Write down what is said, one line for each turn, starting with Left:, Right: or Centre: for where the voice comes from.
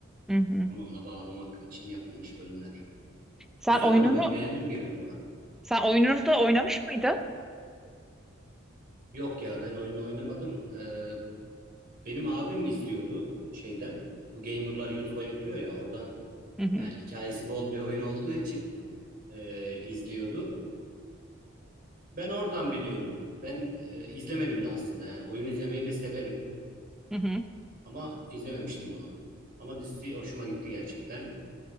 Centre: Hı hı.
Right: Onu ona bağlamak için yapılmış bölümler.
Centre: Sen
Right: Güzel
Centre: oyununu
Right: ama ben beğendim genel olarak.
Centre: sen oyununu da oynamış mıydın?
Right: Yok ya ben oyunu oynamadım. Ee, benim abim izliyordu şeyden. Bu gamerlar YouTube'a yüklüyor ya oradan
Centre: Hı hı.
Right: yani hikayesi bol bir oyun olduğu için e, izliyordu. Ben oradan biliyordum. Ben e, izlemedim de aslında yani oyun izlemeyi de severim
Centre: Hı hı.
Right: ama izlememiştim bunu. Ama dizisi hoşuma gitti gerçekten